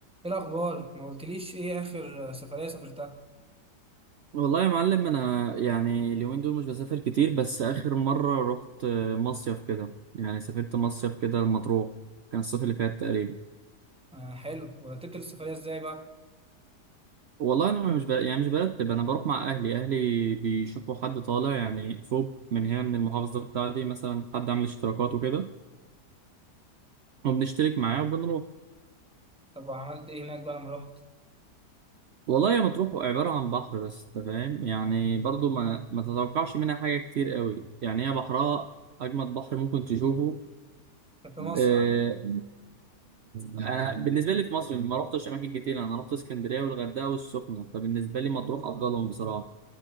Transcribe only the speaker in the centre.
ايه الاخبار ما قلتليش ايه اخر سفريه سافرتها
آه حلو ورتبت السفريه ازاي بقى
طب وعملت ايه هناك بقى لما رحت
كان في مصر
عم.